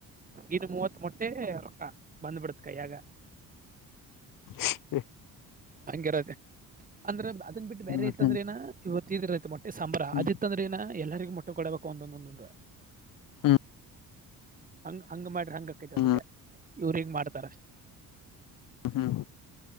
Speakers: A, on the right; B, on the left.
A: ಇನ್ ಮೂವತ್ ಮೊಟ್ಟೆ ರಕ್ಕ ಬಂದ್ಬಿಡತ್ ಕಯಯಾಗ
B: ಹ್ಮ
A: ಹಂಗಿರದ ಅಂದ್ರೆ ಅ ಬಿಟ್ಟ ಬರೆ
B: ಹ್ಮ್
A: ಇತ್ತಂದ್ರೆಏ
B: ಹ್ಮ್
A: ಇವತ್ತೀ ಇರೈತೆ ಮಟ್ಟೆಬರ
B: ಹ್ಮ್
A: ಅತ್ತ ಅಂದ್ರ ಏನ ಎಲ್ಲರಿಗ ಮುಟ್ಟೆ ಕೊಡಬೇಕು ಒಂದೊಂದೊಂದೊಂದು
B: ಹ್ಮ್
A: ಹಂಗ ಹಂಗ ಮಾಡ್ರಿ ಹಂಗಕೈತಿ ಅದಕ್ಕೆ
B: ಹ್ಮ್
A: ಇವ್ರ ಹಂಗ ಮಾಡ್ತಾರೆ
B: ಹ ಹ್ಮ